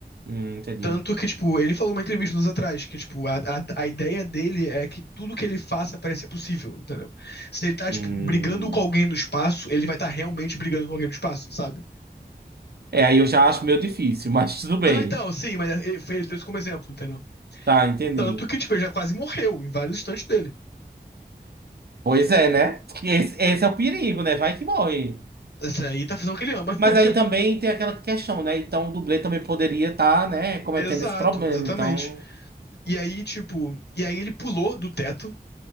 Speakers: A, on the right (about 70°); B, on the left (about 80°).
A: Hum, entendi.
B: Tanto que, tipo, ele falou numa entrevista uns anos atrás que, tipo, a, a, a ideia dele é que tudo que ele faça parece possível, entendeu? Se ele tá,
A: Hum.
B: tipo, brigando com alguém no espaço, ele vai estar tá realmente brigando com alguém no espaço, sabe?
A: É, aí eu já acho meio difícil, <laughs> mas tudo bem.
B: Não, então, sim, mas ele, foi- ele deu isso como exemplo, entendeu?
A: Tá, entendi.
B: Tanto que, tipo, ele já quase morreu em vários instantes dele.
A: Pois é, né? Esse, esse é o perigo, né? Vai que morre.
B: Esse aí tá fazendo o que ele ama. <laughs>
A: Mas aí também tem aquela questão, né? Então o dublê também poderia estar, né, cometendo
B: Exato,
A: esse problema.
B: exatamente.
A: Então.
B: E aí, tipo, e aí ele pulou do teto,